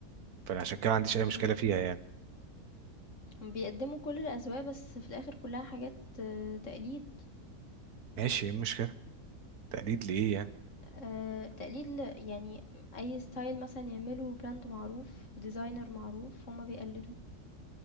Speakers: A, on the right; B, on the left.
A: فأنا عشان كده ما عنديش أي مشكلة
B: إمم،
A: فيها يعني
B: هم بيقدّموا كل الأذواق بس في الآخر كلها حاجات آه، تقليد.
A: ماشي إيه المشكلة تقليد لإيه يعني
B: آآ تقليد ل يعني أي style مثلًا يعمله brand معروف وdesigner معروف هُم بيقلّدوه،